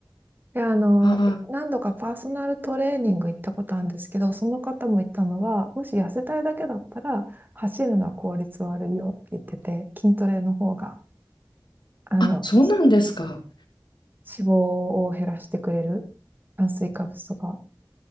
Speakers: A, on the right (about 25°); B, on the left (about 80°).
A: で、あの、
B: あ
A: い何度かパーソナルトレーニング行ったことあるんですけど、その方も言ったのは、もし痩せたいだけだったら、走るのは効率悪いよって言ってて、筋トレの方が、あの、
B: あー、あ、そうなんですか。
A: 脂肪を減らしてくれる、炭水化物とか